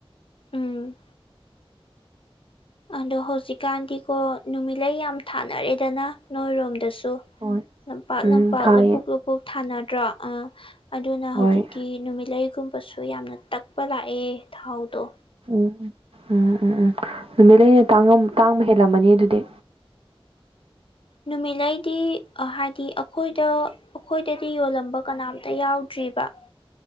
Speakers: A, on the left (about 60°); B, on the right (about 70°).
A: ꯎꯝ ꯑꯗꯣ ꯍꯧꯖꯤꯛꯀꯥꯟꯗꯤꯀꯣ ꯅꯨꯃꯤꯠꯂꯩ ꯌꯥꯝ ꯊꯥꯅꯔꯦꯗꯅ ꯅꯣꯏꯔꯣꯝꯗꯁꯨ
B: ꯍꯣꯏ
A: ꯂꯝ ꯄꯥꯛ
B: ꯎꯝ
A: ꯂꯝ ꯄꯥꯛ
B: ꯊꯥꯏꯌꯦ
A: ꯂꯕꯨꯛ ꯂ <unintelligible> ꯕꯨꯛ ꯊꯥꯅꯗ꯭ꯔꯣ ꯑ ꯑꯗꯨꯅ
B: ꯍꯣꯏ
A: ꯍꯧꯖꯤꯛꯇꯤ ꯅꯨꯃꯤꯠꯂꯩꯒꯨꯝ ꯀꯄꯁꯨ ꯌꯥꯝꯅ ꯇꯛꯄ ꯂꯥꯛꯑꯦ ꯊꯥꯎꯗꯣ
B: ꯎꯝ ꯎꯝ ꯎꯝ ꯎꯝ ꯅꯨꯃꯤꯠꯂꯩꯅ ꯇꯥꯡꯕ ꯍꯦꯜꯂꯝꯃꯅꯤ ꯑꯗꯨꯗꯤ
A: ꯅꯨꯃꯤꯠꯂꯩꯗꯤ ꯍꯥꯏꯗꯤ ꯑꯩꯈꯣꯏꯗ ꯑꯩꯈꯣꯏꯗꯗꯤ ꯌꯣꯜꯂꯝꯕ ꯀꯅꯥꯝꯇ ꯌꯥꯎꯗ꯭ꯔꯤꯕ